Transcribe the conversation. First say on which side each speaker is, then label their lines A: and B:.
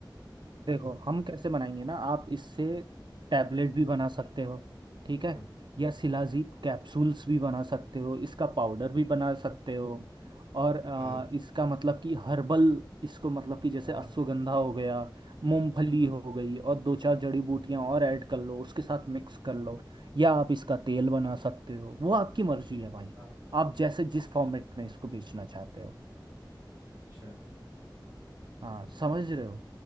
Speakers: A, on the right; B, on the right.
A: देखो हम कैसे बनाएंगे ना आप इससे टैबलेट भी बना सकते हो ठीक है
B: हूँ
A: या शिलाजीत कैप्सूल्स भी बना सकते हो इसका पाउडर भी बना सकते हो और आ,
B: हाँ
A: इसका मतलब कि हर्बल इसको मतलब कि जैसे
B: हाँ
A: अश्वगंधा हो गया मूंगफली
B: हाँ
A: हो गई और दो चार जड़ी बूटियां और ऐड कर लो उसके साथ मिक्स कर लो या आप इसका तेल बना सकते हो वो आपकी मर्जी है भाई
B: हाँ
A: आप जैसे जिस फॉर्मेट में इसको बेचना चाहते हो
B: अच्छा
A: हाँ समझ रहे हो